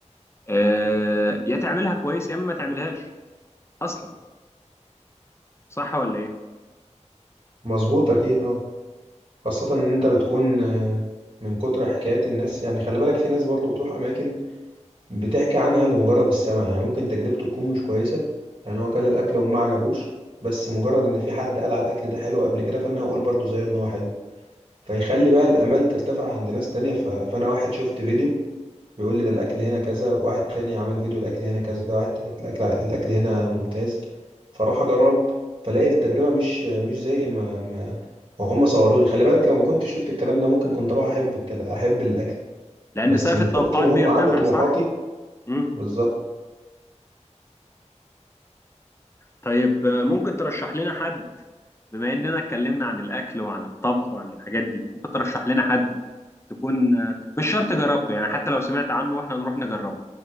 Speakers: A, on the left; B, on the right.
A: آه... يا تعملها كويس يا اما ما تعملهاش اصلا صح ولا ايه؟
B: مظبوط اكيد اه خاصة ان انت بتكون آه، من كتر حكايات الناس يعني خلي بالك في ناس برضو بتروح اماكن بتحكي عنها لمجرد السمع يعني ممكن تجربته تكون مش كويسة يعني هو كل الاكل وما عجبوش بس مجرد ان في حد قال على الاكل ده حلو قبل كده فانا هقول برضو زيه ان هو حلو فيخلي بقى الامال ترتفع عند ناس تانية ف... فانا واحد شفت فيديو بيقول لي ده الاكل هنا كذا واحد تاني عمل فيديو الاكل هنا كذا واحد تالت الاكل الاكل هنا ممتاز فاروح اجرب فلاقي التجربه مش مش زي ما ما هم صوروا لي خلي بالك لو ما كنتش شفت الكلام ده ممكن كنت اروح احب الكل... احب الاكل
A: لأن
B: بس
A: سقف
B: من
A: التوقعات
B: كتر ما
A: بيرتفع
B: هم علوا طموحاتي
A: صح؟ مم.
B: بالظبط
A: طيب آه، ممكن ترشح لنا حد بما إننا اتكلمنا عن الأكل وعن الطبخ وعن الحاجات دي ممكن ترشح لنا حد تكون آه، مش شرط جربته يعني حتى لو سمعت عنه واحنا نروح نجربه